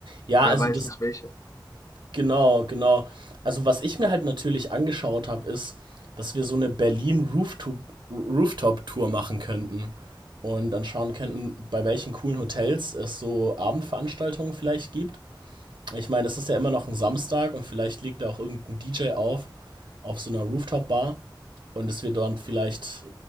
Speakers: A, on the right; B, on the left.
A: ja,
B: aber
A: also
B: er weiß
A: das,
B: nicht welche.
A: Genau, genau. Also, was ich mir halt natürlich angeschaut habe, ist, dass wir so eine Berlin Rooftop Rooftop-Tour machen könnten und dann schauen könnten, bei welchen coolen Hotels es so Abendveranstaltungen vielleicht gibt. Ich meine, es ist ja immer noch ein Samstag und vielleicht legt da auch irgend 'n DJ auf auf so einer Rooftop-Bar und dass wir dort vielleicht